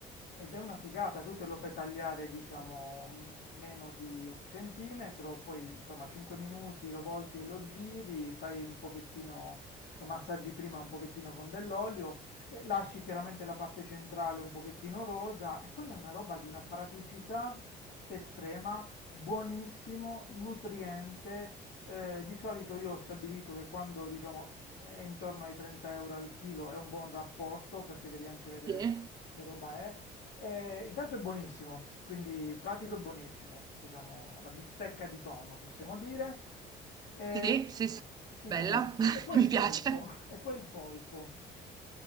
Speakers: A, on the left; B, on the right.
A: ed è una figata, tu te lo fai tagliare, diciamo, m- meno di un centimetro, poi insomma 5 minuti lo volti e lo giri, fai un pochettino, lo massaggi prima un pochettino con dell'olio, eh, lasci chiaramente la parte centrale un pochettino rosa e quella è una roba di una praticità estrema, buonissimo, nutriente. eh, di solito io ho stabilito che quando diciamo è intorno ai 30 euro al chilo è un buon rapporto perché devi anche vedere
B: Sì,
A: che roba è. Eh, intanto è buonissimo, quindi pratico e buonissimo, diciamo la bistecca di tonno possiamo dire. Eh,
B: sì, sì, sì.
A: sì,
B: Bella,
A: e poi, il,
B: <laughs>
A: e poi
B: mi
A: il polpo,
B: piace.
A: <laughs> e poi il polpo,